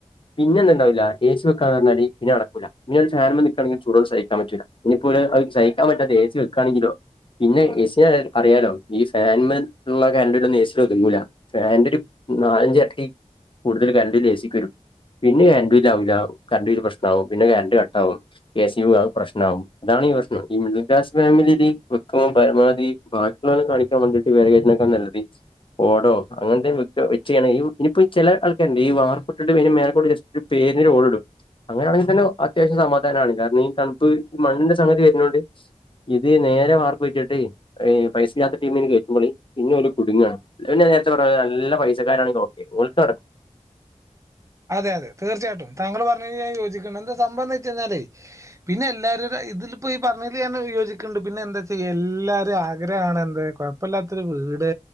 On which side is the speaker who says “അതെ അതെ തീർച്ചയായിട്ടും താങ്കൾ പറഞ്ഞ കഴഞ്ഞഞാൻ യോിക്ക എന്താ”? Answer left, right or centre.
Right